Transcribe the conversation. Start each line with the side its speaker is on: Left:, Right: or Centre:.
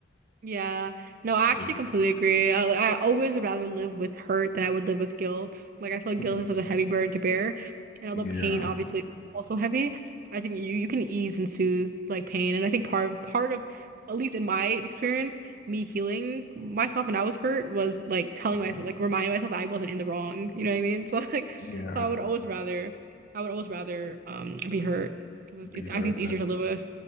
Right: Yeah. No, I
Left: <laughs>
Right: actually
Left: Yeah.
Right: completely agree. I, like, I always would rather live with hurt than I would live with guilt. Like I feel like
Left: <laughs>
Right: guilt is such a heavy burden to bear. And although
Left: Yeah.
Right: pain obviously is also heavy, I think you you can ease and soothe like pain. And I think part of part of at least in my experience, me healing myself when I was hurt was like telling
Left: hmm
Right: myself like reminding myself that I wasn't in the wrong. You know what I mean? <laughs> So like
Left: Yeah.
Right: so I would always rather I would always rather um be hurt because it's,
Left: Be
Right: it's
Left: hurt
Right: I think it's easier
Left: then.
Right: to live with.